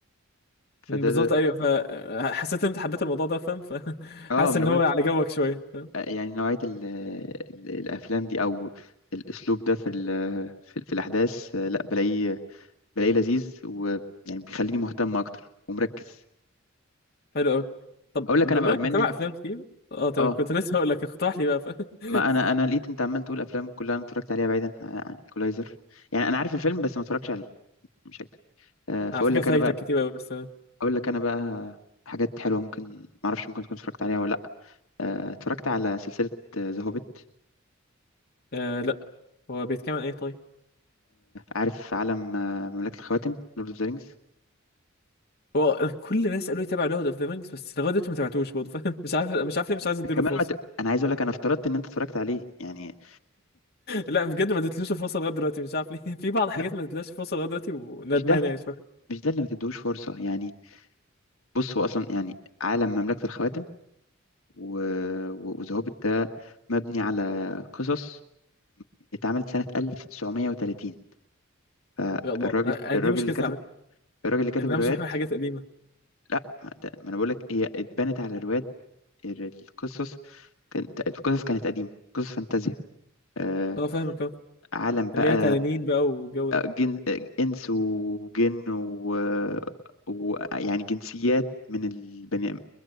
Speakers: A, on the left (about 50°); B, on the left (about 80°).
A: <laughs>
B: فده
A: بالظبط
B: ده
A: ايوه فحسيت ان انت حبيت الموضوع ده فاهم فحاسس
B: اه ما
A: <laughs> ان
B: انا بقولك
A: هو على جوك شويه فاهم
B: آه، يعني نوعيه ال ال الافلام دي او الاسلوب ده في ال في, ال- في الاحداث آه، لا بلاقيه بلاقيه لذيذ ويعني بيخليني مهتم اكتر ومركز
A: حلو قوي طب
B: اقول لك
A: بما
B: انا بقى
A: انك
B: بما
A: متابع
B: اني
A: افلام كتير اه تمام
B: اه
A: كنت لسه هقول لك اقترح لي بقى فاهم
B: ما
A: <laughs>
B: انا انا لقيت انت عمال تقول افلام كلها انا اتفرجت عليها بعيدا عن ايكولايزر يعني انا عارف الفيلم بس ما اتفرجتش عليه مش هكدب آه، فاقول
A: على فكره
B: لك
A: فايتك
B: انا بقى
A: كتير قوي بس تمام.
B: اقول لك انا بقى حاجات حلوه ممكن ما اعرفش ممكن تكون اتفرجت عليها ولا لا آه، اتفرجت على سلسله ذا هوبيت
A: آه لا هو بيتكلم عن ايه طيب
B: عارف عالم آه، مملكه الخواتم لورد اوف ذا رينجز
A: هو كل الناس قالوا لي تابع لورد اوف ذا رينجز بس لغايه دلوقتي ما تابعتوش برضه فاهم مش عارف مش عارف ليه مش عايز اديله
B: كمان
A: فرصه
B: ما ت... انا عايز اقول لك انا افترضت ان انت اتفرجت عليه يعني
A: لا بجد ما اديتلوش الفرصه لغايه دلوقتي مش عارف ليه <laughs> في بعض الحاجات
B: لا
A: ما اديتلهاش الفرصه لغايه دلوقتي وندمان
B: مش ده
A: يعني شويه
B: مش ده اللي ما تديهوش فرصه يعني بص هو اصلا يعني عالم مملكه الخواتم و- و- وذهبت ده مبني على قصص اتعملت سنه 1930 فالراجل
A: يا الله أنا
B: الراجل
A: دي مشكلتي
B: اللي كتب
A: على فكره
B: الراجل اللي كتب
A: ان انا
B: الروايات
A: مش بحمل حاجات قديمه
B: لا ما, ده ما انا بقول لك هي اتبنت على روايات ال- القصص كانت القصص كانت قديمه قصص فانتازيا آه،
A: اه فاهمك اه
B: عالم بقى
A: اللي هي تنانين بقى والجو ده
B: آه، جن آه، انس وجن و- ويعني جنسيات من البني